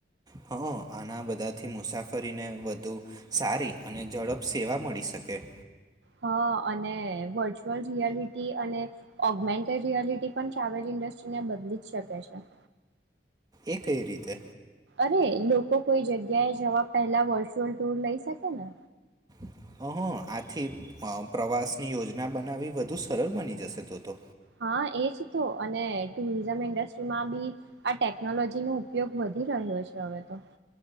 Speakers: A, on the right; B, on the right.
A: હ આના બધાથી મુસાફરીને વધુ સારી અને ઝડપ સેવા મળી શકે
B: હા અને વર્ચ્યુઅલ રિયાલિટી અને ઓગમેન્ટેડ રિયાલિટી પણ ટ્રાવેલ ઇન્ડસ્ટ્રીને બદલી જ શકે છે.
A: એ કઈ રીતે,
B: અરે લોકો કોઈ જગ્યાએ જવા પહેલા વર્ચ્યુઅલ ટુર લઈ શકે ને
A: <inaudible> હુ આથી પ્રવાસની યોજના બનાવી વધુ સરળ બની જશે તો તો.
B: હા એજ તો અને ટુરિઝમ ઇન્ડસ્ટ્રીમાં ભી આ ટેકનોલોજીનો ઉપયોગ વધી રહ્યો છે હવે તો.